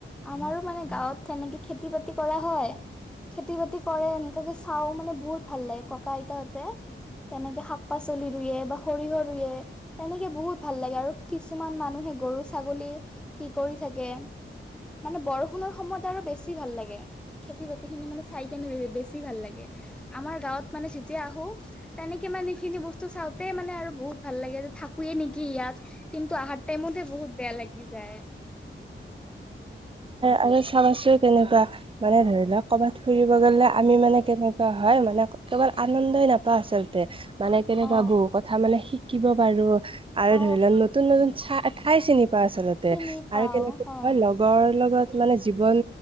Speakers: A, in the centre; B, on the right (about 25°).
A: আমাৰো মানে গাঁৱত তেনেকে খেতি-বাতি কৰা হয়। খেতি-বাতি কৰে এনেকাযে চাওঁ মানে বহুত ভাল লাগে ককা-আইতাহতে। তেনেকে শাক-পাচলি ৰুয়ে বা সৰিয়হ ৰুৱে। তেনেকে বহুত ভাল লাগে আৰু কিছুমান মানুহে গৰু ছাগলী কি কৰি থাকে, মানে বৰষুণৰ সময়ত আৰু বেছি ভাল লাগে। খেতি বাতি-খিনি মানে চাই কেনে বেছি ভাল লাগে। আমাৰ গাঁৱত মানে যেতিয়া আহো তেনেকে মানে এখিনি বস্তু চাওঁতেই মানে আৰু বহুত ভাল লাগে যে থাকোৱে নেকি ইয়াত কিন্তু আহা- তাইমতে বহুত বেয়া লাগি যায়!
B: আৰু চাবাছো কেনেকুৱা- মানে ধৰি লওক কৰ'বাত ফুৰিব গলে আমি মানে কেনেকুৱা হয় মানে কেৱল আনন্দই নাপ- পা আচলতে মানে কেনেকুৱা
A: অ
B: বহু কথা মানে শিকিব পাৰো আৰু
A: অ
B: ধৰি লও নতুন-নতুন চা-ঠাই চিনি পাও আচলতে,
A: চিনি পাও
B: আৰু কেনেকে
A: হয়
B: তুমাৰ লগ ডৰ লগত মানে জীৱন